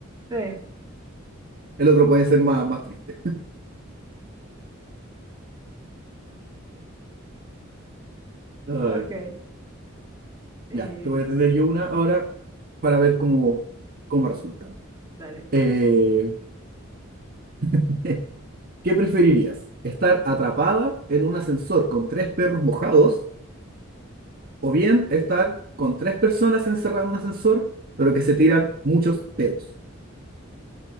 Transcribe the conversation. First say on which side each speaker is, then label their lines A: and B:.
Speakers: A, on the right (about 20°); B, on the right (about 45°).
A: Sí,
B: El otro puede ser más, más triste. Ay,
A: ok. Eh,
B: ya, te voy a tener yo una ahora para ver cómo, cómo resulta.
A: dale.
B: Eh, <laughs> ¿qué preferirías? ¿Estar atrapada en un ascensor con tres perros mojados o bien estar con tres personas encerradas en un ascensor, pero que se tiran muchos pedos?